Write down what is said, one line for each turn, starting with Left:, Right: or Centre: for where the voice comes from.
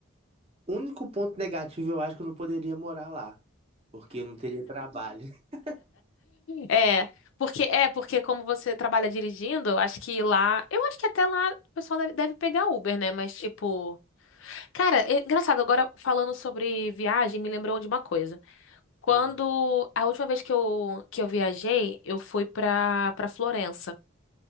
Right: O único ponto negativo, eu acho que eu não poderia morar lá, porque eu não teria trabalho. <laughs>
Left: É, porque é porque como você trabalha dirigindo, acho que lá, eu acho que até lá o pessoal deve, deve pegar Uber, né? Mas tipo, cara, é engraçado agora falando sobre viagem, me lembrou de uma coisa. Quando
Right: Hum.
Left: a última vez que eu que eu viajei, eu fui pra para Florença,